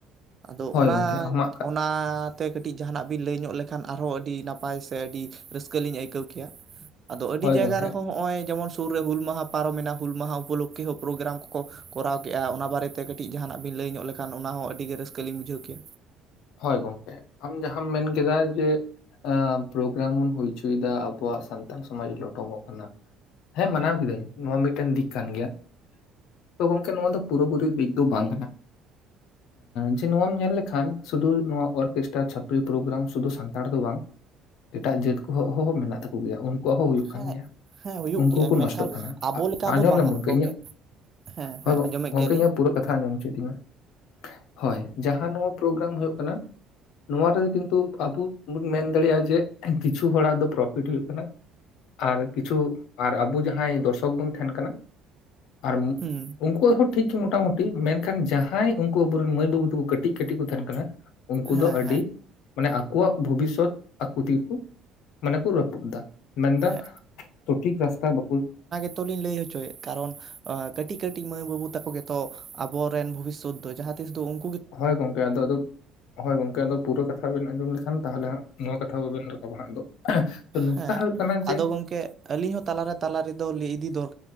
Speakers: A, on the right; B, on the left.
A: ᱟᱫᱚ
B: ᱦᱳᱭ
A: ᱚᱱᱟ
B: ᱜᱚᱝᱠᱮ ᱟᱢᱟᱜ ᱠᱟ-
A: ᱚᱱᱟᱛᱮ ᱠᱟᱹᱴᱤᱡ ᱡᱟᱦᱟᱱᱟᱜ ᱵᱤᱱ ᱞᱟᱹᱭ ᱧᱚᱜ ᱞᱮᱠᱷᱟᱱ ᱟᱨᱦᱚᱸ ᱟᱹᱰᱤ ᱱᱟᱯᱟᱭ ᱥᱮ ᱟᱹᱰᱤ ᱨᱟᱹᱥᱠᱟᱹ ᱞᱤᱧ ᱟᱹᱭᱠᱟᱹᱣ ᱠᱮᱭᱟ᱾
B: <inaudible>
A: ᱟᱫᱚ ᱟᱹᱰᱤ ᱡᱟᱭᱜᱟ
B: ᱜᱚᱝᱠᱮ
A: ᱨᱮᱦᱚᱸ ᱱᱚᱜᱼᱚᱭ ᱡᱮᱢᱚᱱ ᱥᱩᱨ ᱨᱮ ᱦᱩᱞ ᱢᱟᱦᱟ ᱯᱟᱨᱚᱢᱮᱱᱟ ᱦᱩᱞ ᱢᱟᱦᱟ ᱩᱯᱚᱞᱚᱠᱠᱷᱮ ᱦᱚᱸ ᱯᱨᱳᱜᱨᱟᱢ ᱠᱚᱠᱚ ᱠᱚᱨᱟᱣ ᱠᱮᱫᱼᱟ ᱚᱱᱟ ᱵᱟᱨᱮᱛᱮ ᱛᱮ ᱠᱟᱹᱴᱤᱡ ᱡᱟᱦᱟᱱᱟᱜ ᱵᱤᱱ ᱞᱟᱹᱭ ᱧᱚᱜ ᱞᱮᱠᱷᱟᱱ ᱚᱱᱟ ᱦᱚᱸ ᱟᱹᱰᱤ ᱨᱟᱹᱥᱠᱟᱹ ᱞᱤᱧ ᱵᱩᱡᱷᱟᱹᱣ ᱠᱮᱭᱟ᱾
B: ᱦᱳᱭ ᱜᱚᱝᱠᱮ ᱟᱢ ᱡᱟᱦᱟᱸᱟᱢ ᱢᱮᱱᱠᱟ ᱡᱮ ᱯᱨᱳᱜᱨᱟᱢ ᱵᱚᱱ ᱦᱩᱭ ᱦᱚᱪᱚᱭᱫᱟ ᱟᱵᱚᱣᱟᱜ ᱥᱟᱱᱛᱟᱞ ᱥᱚᱢᱟᱡᱽ ᱞᱚᱴᱚᱢᱚᱜ ᱠᱟᱱᱟ ᱦᱮᱸ ᱢᱟᱱᱟᱣ ᱠᱤᱫᱟᱹᱧ ᱱᱚᱣᱟ ᱢᱤᱫᱴᱮᱱ ᱫᱤᱠ ᱠᱟᱱ ᱜᱮᱭᱟ ᱛᱚ ᱜᱚᱝᱠᱮ ᱱᱚᱣᱟ ᱫᱚ ᱯᱩᱨᱟᱹᱯᱩᱨᱤ ᱫᱤᱠ ᱫᱚ ᱵᱟᱝ ᱠᱟᱱᱟ ᱡᱮ ᱱᱚᱣᱟᱢ ᱧᱮᱞ ᱞᱮᱠᱷᱟᱱ ᱥᱩᱫᱩ ᱱᱚᱣᱟ ᱚᱨᱠᱮᱥᱴᱨᱟ ᱪᱷᱟᱯᱨᱤ ᱯᱨᱳᱜᱨᱟᱢ ᱥᱩᱫᱷᱩ ᱥᱟᱱᱛᱟᱲ ᱫᱚ ᱵᱟᱝ ᱮᱴᱟᱜ ᱡᱟᱹᱛ ᱠᱚ ᱦᱚᱸᱚᱸ ᱢᱮᱱᱟᱜ ᱛᱟᱠᱚ ᱜᱮᱭᱟ ᱩᱱᱠᱩ ᱩᱱᱠᱩᱣᱟᱜ ᱦᱚᱸ ᱦᱩᱭᱩᱜ ᱠᱟᱱ
A: ᱦᱮᱸ
B: ᱜᱮᱭᱟ
A: ᱦᱮᱸ ᱦᱩᱭᱩᱜ
B: ᱩᱱᱠᱩ
A: ᱜᱮᱭᱟ
B: ᱦᱚᱸᱠᱚ
A: ᱢᱮᱱᱠᱷᱟᱱ
B: ᱱᱚᱥᱴᱚᱜ ᱠᱟᱱᱟ
A: ᱟᱵᱚ ᱞᱮᱠᱟ
B: ᱟᱸᱡᱚᱢ
A: ᱫᱚ ᱵᱟᱝᱟ
B: ᱞᱮᱢ ᱜᱚᱢᱠᱮ
A: ᱜᱚᱝᱠᱮ
B: ᱤᱧᱟᱹᱜ
A: ᱦᱮᱸ
B: ᱦᱳᱭ
A: ᱦᱮᱸ ᱟᱸᱡᱚᱢᱮᱫ
B: ᱜᱚᱢᱠᱮ
A: ᱜᱮᱭᱟᱞᱤᱧ
B: ᱤᱧᱟᱹᱜ ᱯᱩᱨᱟᱹ ᱠᱟᱛᱷᱟ ᱟᱸᱡᱚᱢ ᱦᱚᱪᱚᱭᱛᱤᱧᱢᱮ ᱦᱳᱭ ᱡᱟᱦᱟᱸ ᱱᱚᱣᱟ ᱯᱨᱳᱜᱨᱟᱢ ᱦᱩᱭᱩᱜ ᱠᱟᱱᱟ ᱱᱚᱟᱨ ᱨᱮ ᱠᱤᱱᱛᱩ ᱟᱵᱚ ᱵᱚᱱ ᱢᱮᱱ ᱫᱟᱲᱮᱭᱟᱜᱼᱟ ᱡᱮ ᱠᱤᱪᱷᱩ ᱦᱚᱲᱟᱜ ᱫᱚ ᱯᱨᱚᱯᱷᱤᱴ ᱦᱩᱭᱩᱜ ᱠᱟᱱᱟ ᱟᱨ ᱠᱤᱪᱷᱩ ᱟᱨ ᱟᱵᱚ ᱡᱟᱦᱟᱸᱭ ᱫᱚᱨᱥᱚᱠ ᱵᱚᱱ ᱛᱟᱦᱮᱱ ᱠᱟᱱᱟ ᱟᱨ
A: ᱦᱩᱸ
B: ᱩᱱᱠᱩ ᱩᱱᱣᱟᱜ ᱦᱚᱸ ᱴᱷᱤᱠ ᱜᱮ ᱢᱚᱴᱟᱢᱩᱴᱤ ᱢᱮᱱᱠᱷᱟᱱ ᱡᱟᱦᱟᱸᱭ ᱩᱱᱠᱩ ᱟᱵᱚᱨᱮᱱ ᱢᱟᱹᱭ ᱵᱟᱹᱵᱩ ᱛᱟᱠᱚ ᱠᱟᱹᱴᱤᱡ ᱠᱟᱹᱴᱤᱡ ᱠᱚ ᱛᱟᱦᱮᱱ ᱠᱟᱱᱟ᱾ ᱩᱱᱠᱩ
A: ᱦᱮᱸ
B: ᱫᱚ ᱟᱹᱰᱤ
A: ᱦᱮᱸ
B: ᱢᱟᱱᱮ ᱟᱠᱚᱣᱟᱜ ᱵᱷᱚᱵᱤᱥᱚᱛ ᱟᱠᱚ ᱛᱮᱜᱮ ᱠᱚ ᱢᱟᱱᱮ ᱠᱚ ᱨᱟᱹᱯᱩᱫ ᱫᱟ ᱢᱮᱱᱫᱚ
A: ᱦᱮᱸ
B: ᱥᱚᱴᱷᱤᱠ ᱨᱟᱥᱛᱟ ᱵᱚᱠᱚ
A: ᱡᱚᱛᱚ ᱞᱤᱧ ᱞᱟᱹᱭ ᱦᱚᱪᱚᱭᱮᱫ ᱠᱟᱨᱚᱱ ᱠᱟᱹᱴᱤᱡ ᱠᱟᱹᱴᱤᱡ ᱢᱟᱹᱭ ᱵᱟᱹᱵᱩ ᱛᱟᱠᱚ ᱜᱮᱛᱚ ᱟᱵᱚᱨᱮᱱ ᱵᱷᱚᱵᱤᱥᱚᱛ ᱫᱚ ᱡᱟᱦᱟᱸ ᱛᱤᱥ ᱫᱚ ᱩᱱ
B: ᱦᱳᱭ ᱜᱚᱢᱠᱮ ᱟᱫᱚ <unintelligible> ᱦᱳᱭ ᱜᱚᱝᱠᱮ ᱟᱫᱚ ᱯᱩᱨᱟᱹ ᱠᱟᱛᱷᱟ ᱵᱮᱱ ᱟᱸᱡᱚᱢ ᱞᱮᱠᱷᱟᱱ ᱛᱟᱦᱚᱞᱮ ᱦᱟᱸᱜ ᱱᱚᱣᱟ ᱠᱟᱛᱷᱟ ᱵᱟᱵᱮᱱ ᱨᱟᱠᱟᱵᱟ ᱦᱟᱸᱜ ᱟᱫᱚ <unintelligible> ᱱᱚᱝᱠᱟ
A: ᱦᱮᱸ
B: ᱦᱩᱭᱩᱜ ᱠᱟᱱᱟ ᱡᱮ
A: ᱟᱫᱚ ᱜᱚᱝᱠᱮ ᱟᱹᱞᱤᱧ ᱦᱚᱸ ᱛᱟᱞᱟᱨᱮ ᱛᱟᱞᱟ ᱨᱮᱫᱚ ᱞᱟᱹᱭ ᱤᱫᱤ ᱫᱚᱨᱼᱼ